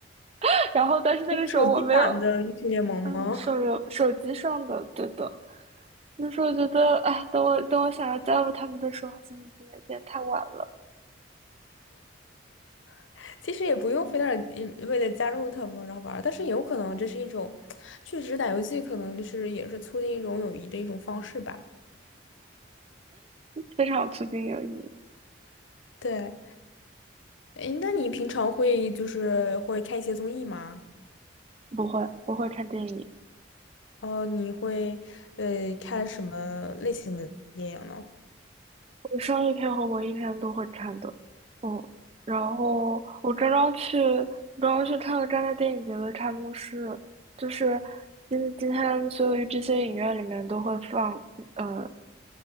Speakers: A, on the right; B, on the left.
A: <laughs> 然后但是那个时候我没有，
B: 是手机版的英雄联盟吗？
A: 嗯，手游手机上的，对的。那时候觉得，哎，等我等我想要加入他们的时候，好像已经有点太晚了。
B: <laughs> 其实也不用非得一为了加入他们然后玩儿，但是有可能这是一种，确实打游戏可能就是也是促进一种友谊的一种方式吧。
A: 非常促进友谊。
B: 对。诶，那你平常会就是会看一些综艺吗？
A: 不会，我会看电影，
B: 哦，你会呃看什么类型的电影呢？
A: 我商业片和文艺片都会看的。嗯，然后我刚刚去，刚刚去看了戛纳电影节的开幕式，就是今今天所有这些影院里面都会放，呃